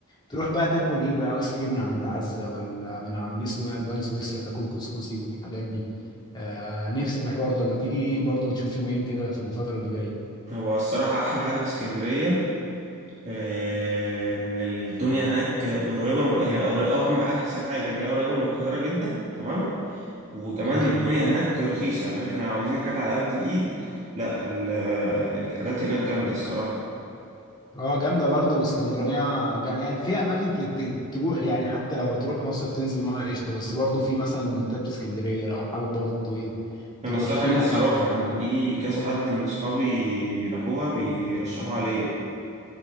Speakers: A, on the left; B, on the right.
A: تروح بقى تاكل ايه بقى ايس كريم من عند عزه ولا من عند اسمه ايه البان سويسرا تاكل كسكسي والحاجات دي آه نفسي في الحوار ده ما تيجي ايه برضو نشوف يومين كده في الفتره اللي جايه
B: هو الصراحه احلى حاجه في اسكندريه آه، ان الدنيا هناك قريبه من- هي قريبة- او اهم احسن حاجه ان هي قريبه من القاهره جدا تمام وكمان
A: تمام
B: الدنيا هناك رخيصة يعني احنا عاوزين حاجة على قد الإيد لا ال- الحاجات هناك جامدة الصراحة
A: اه جامده برضه واسكندرانيه جا- يعني في اماكن ت- ت- تروح يعني حتى لو هتروح مصيف تنزل ميه قشطه بس برضه في مثلا مكتبه اسكندريه لو حابب برضه ايه
B: أنا
A: تروح
B: الصراحة
A: في
B: نفسي
A: القلعه
B: أروحها
A: هناك
B: يعني في كذا حد من أصحابي راحوها بيرشحوا عليا